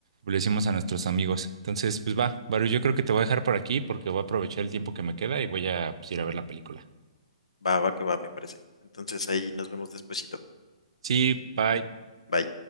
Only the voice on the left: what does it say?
Va, va, que va, me parece. Entonces ahí nos vemos despuesito.
Bye.